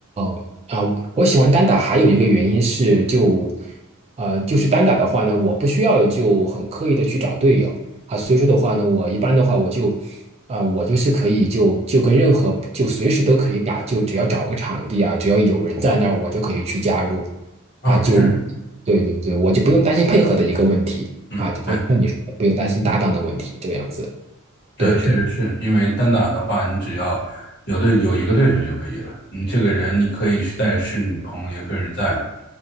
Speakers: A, on the right; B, on the left.
A: 哦啊，我喜欢单打还有一个原因是就，呃，就是单打的话呢，我不需要就很刻意的去找队友啊，所以说的话呢，我一般的话我就，啊、我就是可以就就跟任何就随时都可以打，就只要找个场地啊，只要有人在那儿，我就可以去加入
B: 啊，
A: 啊，就
B: 是，
A: 对对对，我就不用担心配合的一个问题啊啊，
B: 嗯，对。
A: 像你说的不用担心搭档的问题，这个样子，
B: 那确实是因为单打的话，
A: 对对。
B: 你只要有对有一个对手就可以了。你这个人，你可以是带是你的朋友，也可以是在